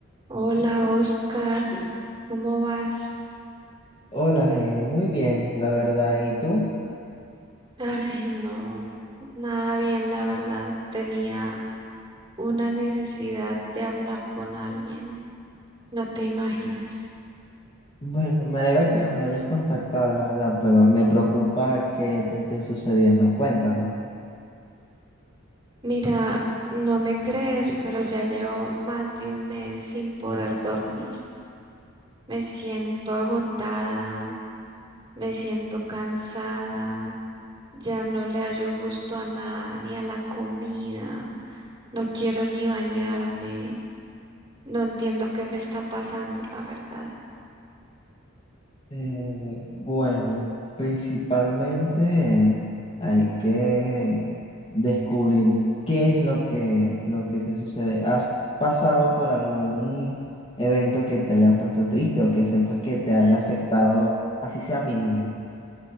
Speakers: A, on the right; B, on the left.
A: Hola Oscar, ¿cómo vas?
B: Hola Heidi, muy bien, la verdad. ¿Y tú?
A: Ay, no, nada bien, la verdad. Tenía una necesidad de hablar con alguien, no te imaginas.
B: Bueno, me alegra que me hayas contactado, la verdad, pero me preocupa que te esté sucediendo. Cuéntame.
A: Mira, no me crees, pero ya llevo más de un mes sin poder dormir. Me siento agotada, me siento cansada, ya no le hallo gusto a nada, ni a la comida, no quiero ni bañarme. No entiendo qué me está pasando, la verdad.
B: Eh, bueno, principalmente hay que descubrir qué es lo que, lo que te sucede. ¿Has pasado por algún evento que te haya puesto triste o que sepas que te haya afectado, así sea mínimo?